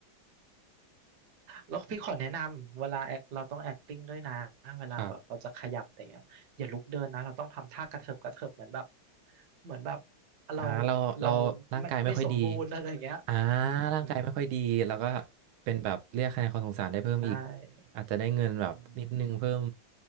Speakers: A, on the right; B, on the right.
A: แล้วพี่ขอแนะนำเวลา act เราต้อง acting ด้วยนะเวลาแบบเราจะขยับอต่เงี้ยอย่าลุกเดินนะเราต้องทำท่ากระเถิบกระเถิบเหมือนแบบ
B: <laughs> ครับ
A: เหมือนแบบเรา
B: อ่าเราเราร่างกายไม่ค่อยดี
A: เราไม่ไม่สมบูรณ์อะไรอย่างเงี้ยอืม
B: อ่าร่างกายไม่ค่อยดีแล้วก็เป็นแบบเรียกคะแนนความสงสารได้เพิ่มอีก
A: ใช่
B: อาจจะได้เงินแบบนิดนึงเพิ่ม
A: อืม